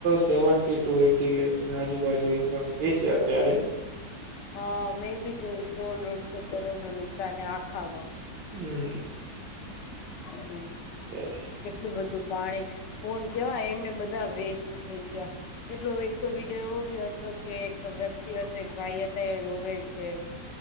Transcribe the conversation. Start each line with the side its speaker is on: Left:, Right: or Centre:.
Right: સેવન ટેટૂ અઈટી લેખ ના આજુબાજુ એવું કાક કે છે અત્યારે.
Left: હા મેં બી જોયું સો દોઢસો કરોડનું નુકસાન હે આખામાં.
Right: હમ
Left: હમ હમ
Right: યસ.
Left: કેટલું બધું પાણી, ફોન કેવા એમને એમ બધા વેસ્ટ થઈ ગયા. કેટલું એક તો વીડ ડિયો એવો ભી હતો કે એક વ્યક્તિ હતો એક ભાઈ હતા એ રોવે છે.